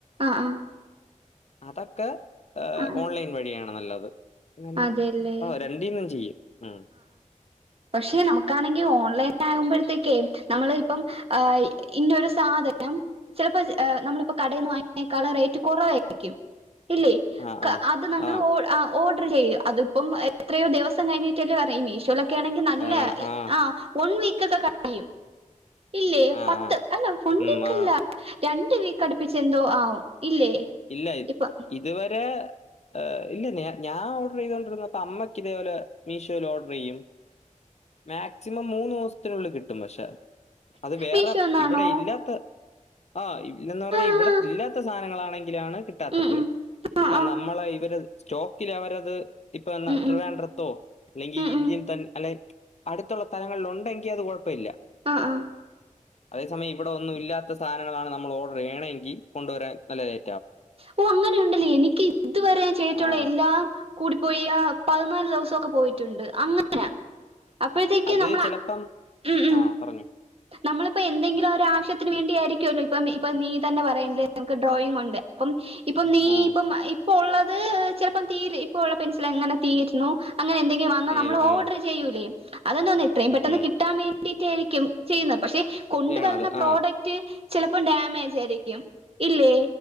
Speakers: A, on the right; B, on the left.
A: ആഹ് ആഹ്
B: അതൊക്ക ഏഹ്
A: ആഹ്
B: ഓൺലൈൻ വഴിയാണ് നല്ലത്. അങ്ങനെ
A: അതെല്ലേ
B: ഓഹ് രണ്ടീന്നും ചെയ്യും. ഉം
A: പക്ഷേ നമുക്കാണെങ്കിൽ ഓൺലൈൻട്ട് ആകുമ്പോഴത്തേക്കേ നമ്മള് ഇപ്പം ആഹ് ഇന്നോരു സാധനം ചെലപ്പോ ഏഹ് നമ്മളിപ്പോ കടയിന്ന് വാങ്ങിക്കണേക്കാളും റേറ്റ് കൊറവായിരിക്കും. ഇല്ലേ?
B: ആ
A: ക്ക്
B: ആ
A: അത് നങ്ങള്
B: ആ
A: ഓൾ ആഹ് ഓൾ ഡര് ചെയ്യും. അതിപ്പം എത്രയോ ദിവസം കഴിഞ്ഞിട്ടല്ലേ പറയാ. ഈ മീഷോലൊക്കെ ആണെങ്കിൽ നല്ല
B: വരണം
A: ആഹ് ഈ
B: ആ
A: ആഹ് വൺ വീക്ക് ഒക്കെ കഴിയും. ഇല്ലേ
B: ആ
A: പത്ത്
B: ആ
A: അല്ല വൺ
B: ഉം
A: വീക്ക്ല്ല.
B: ആ
A: രണ്ട് വീക്കടുപ്പിച്ചെന്തോ ആവും ഇല്ലേ?
B: ഇല്ല
A: ഇപ്പൊ
B: ഇതുവരെ ഏഹ് ഇല്ല ഞാൻ ഞാൻ ഓഡറീതോണ്ടിരുന്നപ്പ അമ്മയ്ക്ക് ഇതേപോലെ മീഷോയിൽ ഓർഡർയ്യും മാക്സിമം മൂന്നൂസത്തിനുള്ളിൽ കിട്ടും പക്ഷേ അത് വേറെ,
A: മീഷോന്നാണോ
B: ഇവടെ ഇല്ലാത്ത ആഹ് ഇല്ലെന്ന് പറഞ്ഞാ
A: ആ
B: ഇവടെ
A: ആ
B: ഇല്ലാത്ത സാധനങ്ങളാണെങ്കി ലാണ് കിട്ടാത്തത്
A: ഉം ഉം ആ
B: ഇപ്പ
A: ആ
B: നമ്മള ഇവര് സ്റ്റോക്കിലവരത് ഇപ്പോ എന്നാ
A: ഉം
B: ട്രവാൻഡ്രത്തോ
A: ഉം
B: അല്ലെങ്കിൽ
A: ഉം
B: ഇന്ത്യയിൽ
A: ഉം
B: തൻ അല്ലേ അടുത്തുള്ള തലങ്ങളിൽ ഒണ്ടെങ്കി അത് കൊഴപ്പമില്ല
A: ആഹ് ആഹ്
B: അതേസമയം ഇവടെ ഒന്നും ഇല്ലാത്ത സാനങ്ങളാണ് നമ്മള് ഓർഡറെയ്യണെങ്കിൽ കൊണ്ടുവരാൻ നല്ല ലേ
A: ഓഹ് അങ്ങനെയുണ്ടല്ലേ? എനിക്ക് ഇതുവരെ ഞാൻ ചെയ്തിട്ടുള്ള
B: ആ
A: എല്ലാം കൂടിപ്പോയാ പതിനാല് ദെവസം ഒക്കെ പോയിട്ടുണ്ട് അങ്ങനാ അപ്പഴത്തേക്ക്
B: അത്
A: നമ്മള
B: ചിലപ്പം
A: ഉം ഉം
B: ആ പറഞ്ഞു
A: നമ്മളിപ്പ എന്തെങ്കിലും ഒരോ ആവശ്യത്തിന് വേണ്ടിയായിരിക്കുവല്ലോ. ഇപ്പം ഇപ്പം നീ തന്നെ പറയണില്ലേ? നിനക്ക് ഡ്രോയിങ്ങ് ഉണ്ട്. അപ്പം ഇപ്പം നീ
B: ആ
A: ഇപ്പം ഇപ്പ ഒള്ളത് ചെലപ്പോ തീരെ ഇപ്പ ഒള്ള പെൻസിൽ എങ്ങനെ തീരണു അങ്ങനെ എന്തെങ്കി വന്ന
B: തീരും
A: നമ്മള് ഓർഡർ
B: ആ
A: ചെയ്യൂലേ അതെന്തോന്നുന്നു എത്രയും
B: ഉം
A: പെട്ടെന്ന്
B: ഉം
A: കിട്ടാൻ വേണ്ടീട്ടായിരിക്കും ചെയ്യുന്നത് പക്ഷെ കൊണ്ടുവരുന്ന
B: ചെയ്യണത്
A: പ്രോഡക്റ്റ്
B: ആ
A: ചെലപ്പോം ഡാമേജാരിക്കും ഇല്ലേ